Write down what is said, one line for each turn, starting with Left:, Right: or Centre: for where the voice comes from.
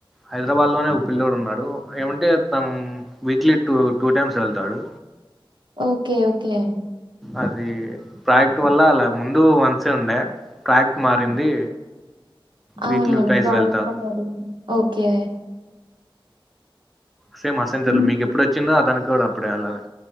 Centre: హైదరాబాద్ లోనే ఓ పిల్లోడు ఉన్నాడు ఏమంటే తను వీక్లీ టూ టూ టైమ్స్ వెళ్తాడు
Right: ఓకే ఓకే
Centre: అదీ ప్రాయక్ట వల్ల అలా ముందు వన్సే ఉందే ప్రాయక్ట మారింది
Right: అవునవును
Centre: వీక్లీ ట్వైస్
Right: ప్రాజెక్ట్
Centre: వెళ్తారు
Right: అకార్డింగ్ ఓకే
Centre: సేమ్ అసెంచర్లో
Right: హ్మ్.
Centre: మీకు ఎప్పుడు వచ్చిందో అ అతనికి కూడా అప్పుడే అలానే